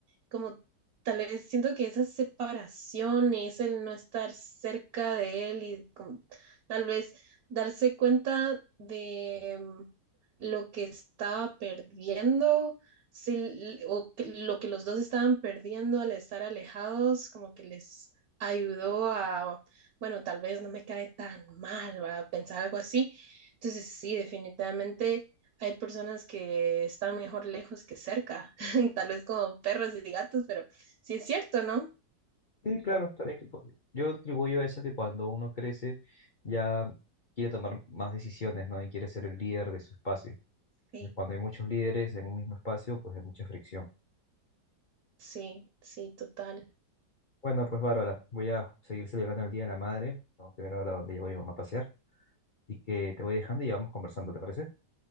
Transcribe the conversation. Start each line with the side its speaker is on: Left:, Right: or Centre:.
Right: como tal vez siento que esa separación y es el no estar cerca de él y como, tal vez darse cuenta de mm, lo que estaba perdiendo, si l- o que- lo que los dos estaban perdiendo al estar alejados, como que les ayudó a, bueno, tal vez no me cae tan mal, va a pensar algo así. Entonces sí, definitivamente hay personas que están mejor lejos que cerca. <laughs> tal vez como perros y gatos, pero sí es cierto, ¿no?
Left: Sí, claro, también que pu- yo atribuyo eso que cuando uno crece ya quiere tomar más decisiones, ¿no? Y quiere ser el líder de su espacio.
Right: Sí.
Left: Entonces, cuando hay muchos líderes en un mismo espacio, pues hay mucha fricción.
Right: Sí, sí, total.
Left: Bueno, pues Bárbara, voy a seguir celebrando el Día de la Madre. Tengo que ver ahora dónde llevo a mi mamá a pasear. Y que te voy dejando y vamos conversando, ¿te parece?